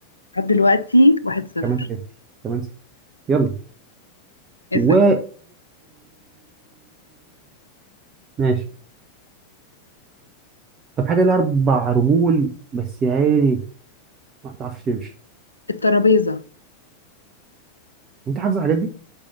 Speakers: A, on the left (about 80°); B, on the right (about 25°).
A: لحد دلوقتي واحد صفر
B: كمان صفر كمان صفر يلا
A: اسأل
B: واقف ماشي طب حاجه لها اربع رجول بس يا عيني ما بتعرفش تمشي
A: الترابيزة
B: انت حافظ الحاجات دي؟